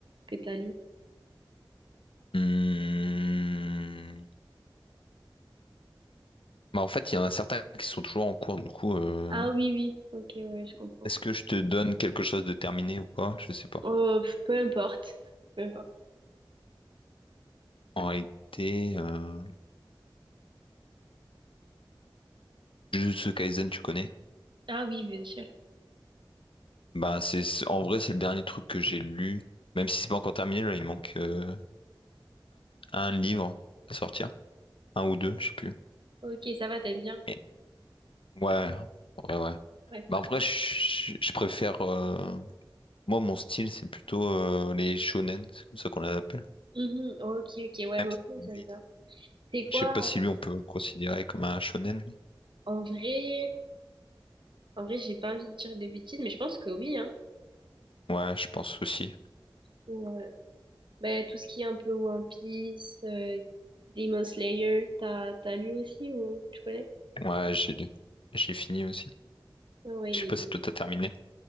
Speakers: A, on the right; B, on the left.
A: que t'as lu?
B: Hmm. Bah, en fait, il y en a certains qui sont toujours en cours, du coup. euh,
A: Ah oui, oui. Ok, ouais, je comprends.
B: Est-ce que je te donne quelque chose de terminé ou pas? Je sais pas.
A: Euh, pff, peu importe. Peu importe.
B: En réalité, euh, Jujutsu Kaisen, tu connais?
A: Ah oui, bien sûr.
B: Bah, c'est, c'est- en vrai, c'est le dernier truc que j'ai lu. Même si c'est pas encore terminé, là, il manque euh, un livre à sortir. Un ou
A: Mhm.
B: deux, je sais plus.
A: Ok, ça va, t'aimes bien.
B: Et- Ouais, ouais, ouais.
A: Ouais, c'est
B: Bah,
A: trop
B: après,
A: bien.
B: je je- je préfère. euh, Moi, mon style, c'est plutôt euh, les shonen, c'est comme ça qu'on les appelle.
A: Mhm, ok, ok, ouais,
B: Même
A: moi
B: si
A: aussi
B: lui,
A: j'aime bien. C'est quoi?
B: je sais pas si lui, on peut le considérer comme un shonen. lui.
A: En vrai, en vrai, j'ai pas envie de dire des bêtises, mais je pense que oui, hein.
B: Ouais, je pense aussi.
A: Ouais. Ben, tout ce qui est un peu One Piece, euh, Demon Slayer, t'as t'as lu aussi ou tu connais?
B: Ouais, j'ai j'ai fini aussi.
A: Ah ouais,
B: Je
A: les...
B: sais pas si toi t'as terminé.